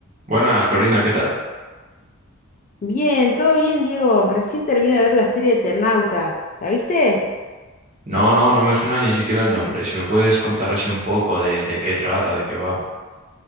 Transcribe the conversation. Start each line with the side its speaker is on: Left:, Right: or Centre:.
Right: Buenas, Corina, ¿qué tal?
Left: Bien, todo bien, Diego. Recién termino de ver la serie de Eternauta. ¿La viste?
Right: No, no, no me suena ni siquiera el nombre. Si me puedes contar así un poco de, de qué trata, de qué va.